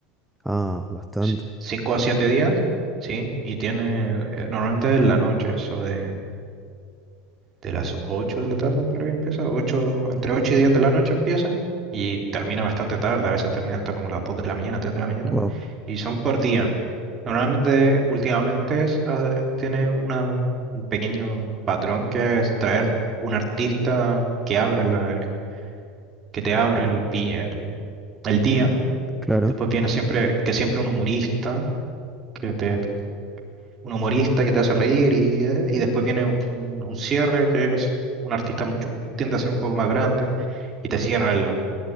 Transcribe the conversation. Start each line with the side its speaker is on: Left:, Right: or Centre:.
Centre: Ah, bastante.
Right: ci- cinco a siete días, ¿sí? Y tiene, eh, normalmente en la noche, eso de... de las 8 de la tarde en Perú ya empieza, 8 entre 8 y 10 de la noche empieza y termina bastante tarde, a veces termina hasta como las 2 de la mañana, tres de la mañana
Centre: Wow,
Right: y son por día. Normalmente, últimamente es, ah, tiene una, un pequeño patrón que es traer un artista que abre la, el- que te abre el, vi- el, el día.
Centre: claro.
Right: Después viene siempre, que siempre un humorista. que te un humorista que te hace reír y, eh, y después viene un, un cierre que es un artista mucho, tiende a ser un poco más grande y te cierra el,